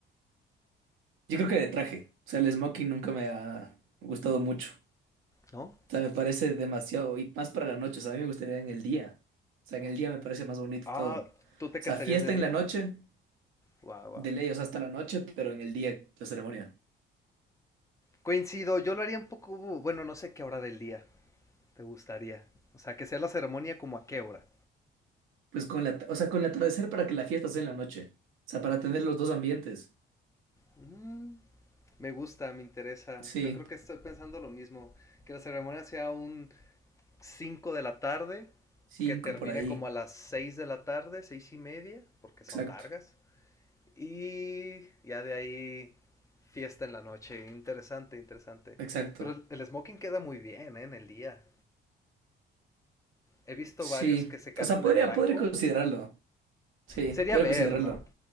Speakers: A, on the right; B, on the left.
A: Yo creo que de traje. O sea, el smoking nunca me ha gustado mucho.
B: ¿No?
A: O sea, me parece demasiado, y más para la noche. O sea, a mí me gustaría en el día. O sea, en el día me parece más bonito
B: Ah,
A: todo.
B: ¿tú te
A: O sea,
B: casarías
A: fiesta
B: de día?
A: en la noche,
B: Wow, wow.
A: de ley, o sea, hasta la noche, pero en el día la ceremonia.
B: Coincido, yo lo haría un poco, bueno, no sé qué hora del día. te gustaría? O sea, que sea la ceremonia como a qué hora.
A: Pues con la, o sea, con el atardecer para que la fiesta sea en la noche. O sea, para tener los dos ambientes.
B: Mm, Me gusta, me interesa.
A: Sí,
B: Yo creo que estoy pensando lo mismo. Que la ceremonia sea un 5 de la tarde,
A: cinco
B: que termine
A: por ahí.
B: como a las 6 de la tarde, seis y media, porque son
A: Exacto.
B: largas. Y ya de ahí fiesta en la noche. Interesante, interesante.
A: Exacto.
B: Pero el- el smoking queda muy bien, ¿eh? en el día. He visto
A: Sí.
B: varios que se casan
A: O sea, podría,
B: de blanco.
A: podría considerarlo. Sí,
B: Sería
A: podría
B: ver,
A: considerarlo.
B: ¿no?